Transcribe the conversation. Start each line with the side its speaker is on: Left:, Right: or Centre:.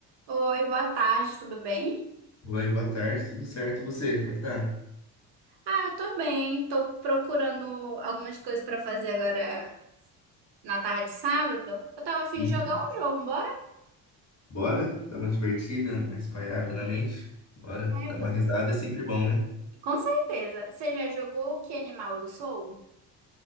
Right: Oi, boa tarde, tudo bem?
Left: Oi, boa tarde, tudo certo? E você, como é que tá?
Right: Ah, eu tô bem. Tô procurando algumas coisas pra fazer agora na tarde de sábado. Eu tava a fim
Left: Uhum.
Right: de jogar um jogo, bora?
Left: Bora dar uma divertida, mais pairada na mente? Bora,
Right: É,
Left: dar
Right: você.
Left: uma risada é sempre bom, né?
Right: Com certeza. Você já jogou Que Animal Eu Sou?